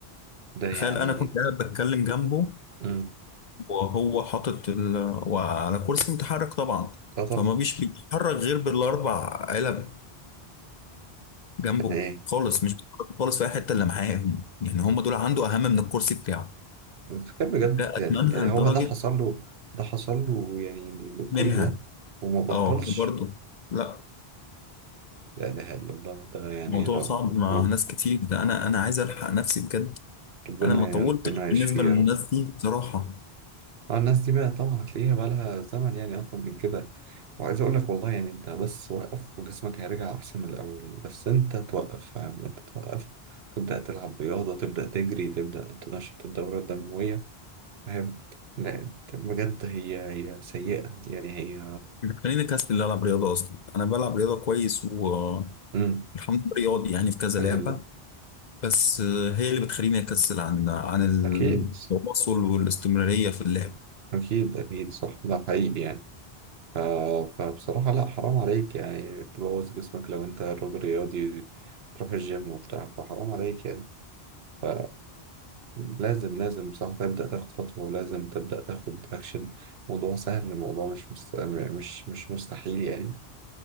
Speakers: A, on the right; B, on the left.
A: ده يعني
B: تخيل انا كنت قاعد بتكلم جنبه
A: امم
B: وهو حاطط ال... وعلى كرسي متحرك طبعا
A: اه طبعا
B: فما بيش بيتحرك غير بالاربع علب جنبه
A: يعني ايه
B: خالص مش بيتحرك خالص في اي حته الا معاهم يعني هم دول عنده اهم من الكرسي بتاعه
A: انت فاكر بجد
B: لا
A: يعني
B: اتمنى
A: يعني هو
B: لدرجه
A: ده حصل له ده حصل له يعني
B: منها
A: كل ده وما بطلش
B: اه برضه لا
A: لا اله الا الله ده يعني
B: الموضوع
A: رب,
B: صعب مع
A: رب
B: ناس كتير ده انا انا عايز الحق نفسي بجد
A: ربنا
B: انا ما طولتش
A: يعني ربنا يشفيه
B: بالنسبه للناس
A: يا رب
B: دي بصراحه
A: اه الناس دي بقى طبعا هتلاقيها بقى لها زمن يعني اطول من كده وعايز اقول لك والله يعني انت بس وقف وجسمك هيرجع احسن من الاول بس انت توقف فاهم انت توقف تبدا تلعب رياضه تبدا تجري تبدا تنشط الدوره الدمويه فاهم لا بجد هي هي سيئة يعني هي
B: خليني كاس اللي العب رياضه اصلا انا بلعب رياضه كويس والحمد
A: مم.
B: لله رياضي يعني في كذا
A: الحمد
B: لعبه
A: لله
B: بس آه، هي اللي بتخليني اكسل عن عن التواصل
A: أكيد
B: والاستمراريه في اللعب
A: أكيد أكيد صح ده حقيقي يعني ف... فبصراحة لا حرام عليك يعني تبوظ جسمك لو أنت راجل رياضي تروح الجيم وبتاع فحرام عليك يعني ف... لازم لازم صح تبدأ تاخد خطوة ولازم تبدأ تاخد أكشن موضوع سهل الموضوع مش مست... مش مش مستحيل يعني